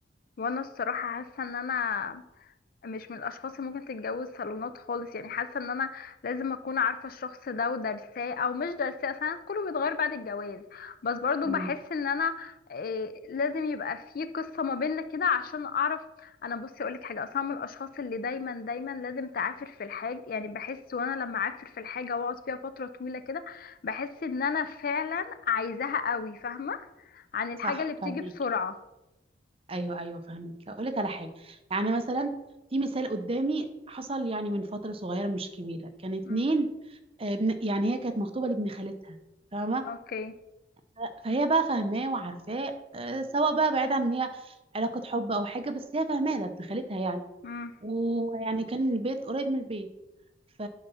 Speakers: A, on the left (about 50°); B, on the right (about 30°).
A: وانا الصراحه حاسه ان انا مش من الاشخاص اللي ممكن تتجوز صالونات خالص يعني حاسه ان انا لازم اكون عارفه الشخص ده ودارساه او مش دارساه اصلا كله بيتغير بعد الجواز بس برضو
B: امم
A: بحس ان انا إيه لازم يبقى في قصه ما بيننا كده عشان اعرف انا بصي اقولك حاجه اصلا من الاشخاص اللي دايما دايما لازم تعافر في الحاجه يعني بحس وانا لما اعافر في الحاجه واقعد فيها فتره طويله كده بحس ان انا فعلا عايزاها قوي فاهمه عن الحاجه
B: صح
A: اللي بتيجي
B: فاهمك
A: بسرعه
B: ايوه ايوه فاهمك اقول لك على حاجه يعني مثلا في مثال قدامي حصل يعني من فتره صغيره مش كبيره كان اتنين
A: امم
B: آه، ابن- يعني هي كانت مخطوبة لابن خالتها فاهمة
A: اوكي
B: ف- فهي بقى فاهماه وعارفاه آه، سواء بقى بعيد عن إن هي علاقة حب أو حاجة بس هي فاهماه ده ابن خالتها يعني
A: امم
B: ويعني كان البيت قريب من البيت ف...